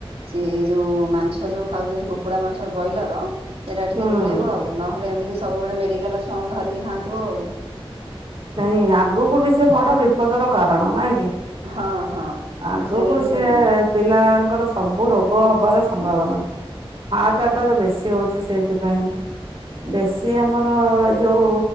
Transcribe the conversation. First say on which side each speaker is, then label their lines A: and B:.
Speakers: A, on the right; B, on the right.
A: ସେ ଏଇ ଯୋଉ ମାଂସ ଯୋଉ ଖାଉଛନ୍ତି କୁକୁଡା ମାଂସ ବଏଲର। ଏରା ଟିକେ
B: ହୁଁ
A: ଦୂରେଇବ ଆଉ, ନହେଲେ ଏମିତି ସବୁବେଳେ ମେଡିକାଲ୍ ଛୁଆଙ୍କୁ ଧରିକି ଧାଉଁଥିବ ଆଉ।
B: ନାଇଁ ଆଗକୁ ବି ସେ ବଡ ବିପଦର କାରଣ ନା କି?
A: ହଁ ହଁ ସେ
B: ଆଗକୁ
A: ସେଇଆ ବି
B: ସିଏ
A: କହିଲେ
B: ପିଲାଙ୍କର ସବୁ ରୋଗ ହବାର ସମ୍ଭାବନା। ହାର୍ଟ ଆଟାକ୍ ବେଶୀ ହଉଛି ସେଇଥିପାଇଁ। ବେଶୀ ଆମର ଏଇ ଯୋଉ